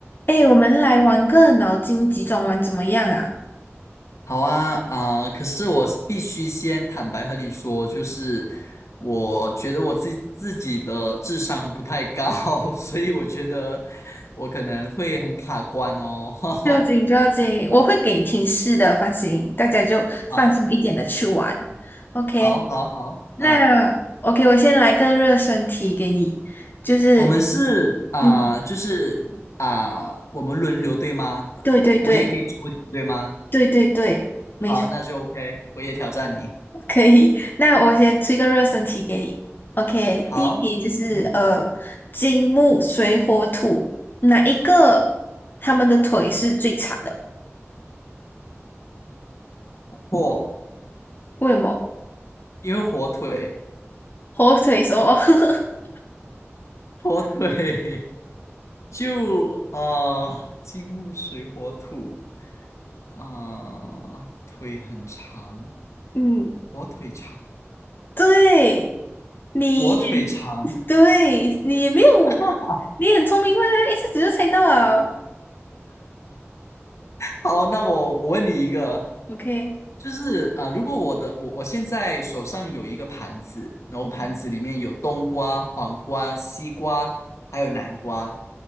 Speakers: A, on the left; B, on the left.
A: 哎，我们来玩个脑筋急转弯怎么样啊？
B: 好啊，啊、可是我必须先坦白和你说，就是我觉得我自自己的智商不太高，<laughs> 所以我觉得我可能会很卡关哦。<laughs>
A: 不要紧，不要紧，我会给提示的，放心，大家就放松一点的去玩。
B: 好，
A: OK，
B: 好，好，好，
A: 那
B: 嗯，
A: OK，我先来个热身题给你，就是，
B: 我们是啊、
A: 嗯，
B: 就是啊、我们轮流对吗？
A: 对对对，
B: 我也可以出题对吗？
A: 对对对，没错，
B: 好，那就 OK，我也挑战你。
A: <laughs> 可以。那我先出一个热身题给你。OK，
B: 好，
A: 第一题就是呃，
B: 嗯，
A: 金木水火土哪一个他们的腿是最长的？
B: 火，
A: 为什么？
B: 因为火腿，
A: 火腿什么？<laughs>
B: 火腿。就呃，金木水火土，啊，腿很长，
A: 嗯，
B: 我腿长，
A: 对，你也
B: 我腿长。
A: 对，你也没有，
B: <laughs>
A: 你很聪明嘛，一下子就猜到了。
B: 好，那我我问你一个，
A: OK，
B: 就是啊、如果我的我我现在手上有一个盘子，然后盘子里面有冬瓜、
A: 嗯，
B: 黄瓜、西瓜，还有南瓜，